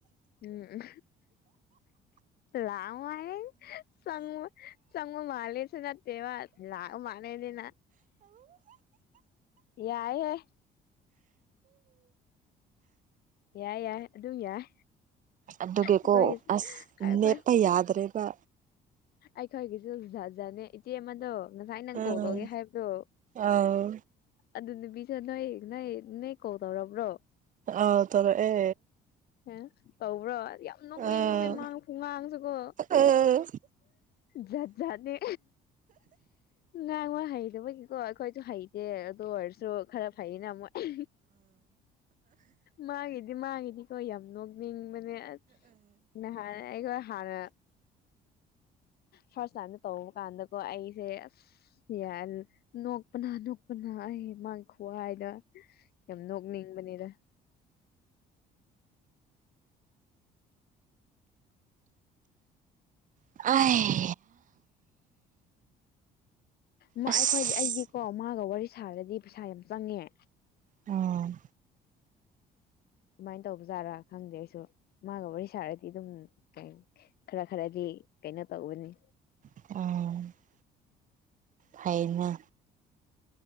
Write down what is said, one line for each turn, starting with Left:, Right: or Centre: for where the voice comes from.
Left: ꯎꯝ ꯂꯥꯛꯑ ꯃꯥꯜꯂꯦ ꯆꯪꯉꯣꯏ ꯆꯡꯕ ꯃꯥꯂꯦꯁꯨ ꯅꯇꯦꯕꯥ ꯂꯥꯛꯑꯃꯥꯂꯦꯅꯤꯅ ꯌꯥꯏꯑꯦ ꯌꯥꯢꯑꯦ ꯌꯥꯏ ꯌꯥꯏ ꯑꯗꯨ ꯌꯥꯏ
Right: ꯑꯗꯨꯒꯤꯀꯣ
Left: ꯑꯩꯈꯣꯏꯒꯤꯁꯨ
Right: ꯑꯁ
Left: ꯑꯩꯈꯣꯏ
Right: ꯂꯦꯞꯄ ꯌꯥꯗ꯭ꯔꯦꯕ
Left: ꯑꯩꯈꯣꯏꯒꯤꯁꯨ ꯖꯠ ꯖꯠꯅꯦ ꯏꯆꯦ ꯑꯃꯗꯣ ꯉꯁꯥꯏ ꯅꯪ
Right: ꯎꯝ
Left: ꯀꯣꯜꯇꯧꯒꯦ ꯍꯥꯏꯕꯗꯣ
Right: ꯑꯥꯎ
Left: ꯑꯗꯨ ꯅꯨꯄꯤꯁꯨ ꯅꯣꯏ ꯅꯣꯏ ꯅꯣꯏ ꯀꯣꯜ ꯇꯧꯔꯕ꯭ꯔꯣ
Right: ꯑꯥꯎ ꯇꯧꯔꯛꯑꯦ
Left: ꯑꯦ ꯇꯧꯕ꯭ꯔꯣ ꯌꯥꯝ ꯅꯣꯛꯅꯤꯡꯕꯅꯦ
Right: ꯑꯥ
Left: ꯃꯥ ꯈꯨꯉꯥꯡꯁꯨꯀꯣ
Right: ꯑꯥ
Left: ꯖꯥꯠ ꯖꯥꯠꯅꯦ ꯉꯥꯡꯕ ꯍꯩꯔꯕꯒꯤ ꯀꯣ ꯑꯩꯈꯣꯏꯁꯨ ꯍꯩ ꯑꯦ ꯑꯗꯨ ꯑꯣꯏꯔꯁꯨ ꯈꯔ ꯐꯩꯌꯦꯅ ꯃꯣꯏ ꯃꯥꯒꯤ ꯗꯤ ꯃꯥꯥꯡꯉꯤꯗꯤꯀꯣ ꯌꯥꯝ ꯅꯣꯛꯅꯤꯡꯕꯅꯦ ꯑꯁ ꯅꯍꯥꯟ ꯑꯩꯒ ꯍꯥꯟꯅ ꯐꯥꯔꯁ ꯇꯥꯏꯝꯗ ꯇꯧꯕ ꯀꯥꯟꯗꯀꯣ ꯑꯩꯁꯦ ꯑꯁ ꯌꯥ ꯅꯣꯛꯄꯅ ꯅꯣꯛꯄꯅ ꯑꯩ ꯃꯥꯒꯤ ꯈꯨ ꯍꯥꯏꯗ ꯌꯥꯝ ꯅꯣꯛꯅꯤꯡꯕꯅꯤꯗ
Right: <unintelligible>
Left: ꯃ
Right: ꯑꯁ
Left: ꯑꯩꯈꯣꯏꯗꯤ ꯑꯩꯗꯤꯀꯣ ꯃꯥꯒ ꯋꯥꯔꯤ ꯁꯥꯔꯗꯤ ꯄꯩꯁꯥ ꯌꯥꯝ ꯆꯪꯉꯦ
Right: ꯑꯣ
Left: ꯑꯗꯨꯃꯥꯏꯅ ꯇꯧꯕꯖꯥꯠꯔꯥ ꯈꯪꯗꯦ ꯑꯩꯁꯨ ꯃꯥꯒ ꯋꯥꯔꯤ ꯁꯥꯔꯗꯤ ꯑꯗꯨꯝ ꯀꯩ ꯈꯔ ꯈꯔꯗꯤ ꯀꯩꯅꯣ ꯇꯧꯕꯅꯤ
Right: <unintelligible> ꯐꯩꯌꯦꯅ